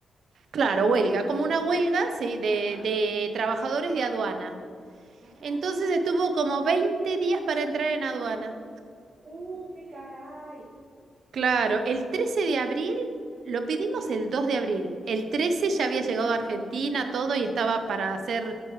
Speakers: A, on the right; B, on the right.
A: claro, huelga,
B: Digo,
A: como una huelga, sí, de,
B: ajá.
A: de trabajadores de aduana.
B: Ah,
A: Entonces estuvo como 20 días para entrar en aduana.
B: uh, qué caray.
A: Claro, el 13 de abril lo pedimos el 2 de abril. El 13 ya había llegado a Argentina todo y estaba para ser